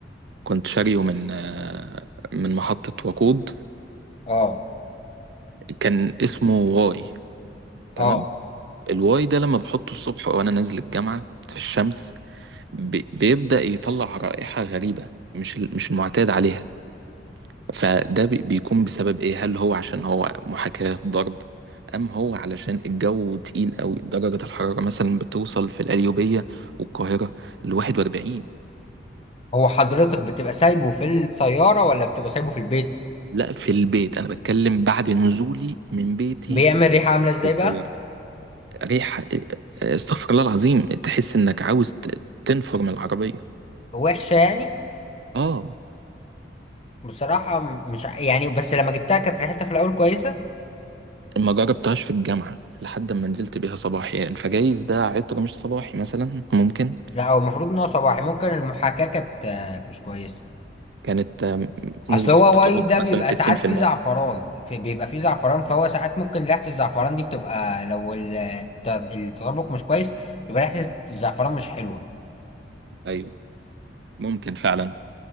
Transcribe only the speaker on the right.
كنت شاريه من آه، من محطة وقود
كان اسمه واي تمام
الواي ده لما بحطه الصبح وانا نازل الجامعة في الشمس بي- بيبدأ يطلع رائحة غريبة مش ال- مش المعتاد عليها فده بي- بيكون بسبب ايه هل هو عشان هو محاكاة ضرب ام هو علشان الجو تقيل قوي درجة الحرارة مثلا بتوصل في القليوبية والقاهرة ل 41
لا في البيت انا بتكلم بعد نزولي من بيتي
للسيارة
ريحة استغفر الله العظيم تحس انك عاوز ت- تنفر من العربية
اه
ما جربتهاش في الجامعة لحد ما نزلت بيها صباحي يعني فجايز ده عطر مش صباحي مثلا ممكن
كانت آم،
نسبة
التطابق
مثلا 60%
ايوه ممكن فعلا